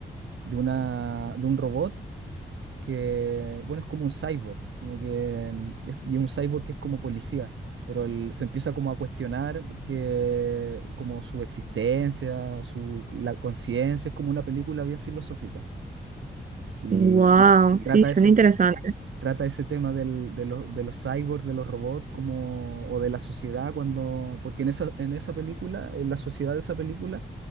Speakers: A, on the right; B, on the right.
A: de una, de un robot que, bueno, es como un cyborg, como que, mm, es- y es un cyborg que es como policía, pero él se empieza como a cuestionar que, como su existencia, su, la conciencia, es como una película bien filosófica, y,
B: Wow,
A: y
B: sí,
A: trata
B: suena
A: ese,
B: interesante.
A: trata ese tema del, de los, de los cyborgs, de los robots, como, o de la sociedad, cuando, porque en esa, en esa película, en la sociedad de esa película,